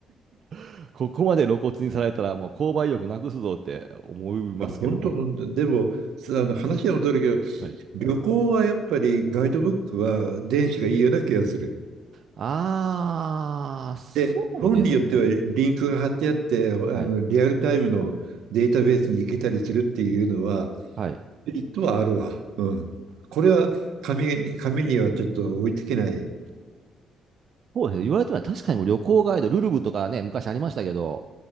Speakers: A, on the right; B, on the right.
A: <laughs> ここまで露骨にされたら、もう購買意欲なくすぞって思いますけども。
B: や、本当本当。でも、すあの話は戻るけど、
A: はい。
B: 旅行はやっぱりガイドブックは電子がいいような気がする。
A: あー、そうですね。
B: で、本によってはリンクが貼ってあって、あのリアルタイムのデータベースに行けたりするっていうのは、
A: はい。はい。
B: メリットはあるわ。うん。これは紙に、紙にはちょっと追いつけない。
A: そうですね。言われてみれば確かにもう旅行ガイド、ルルブとかね、昔ありましたけど、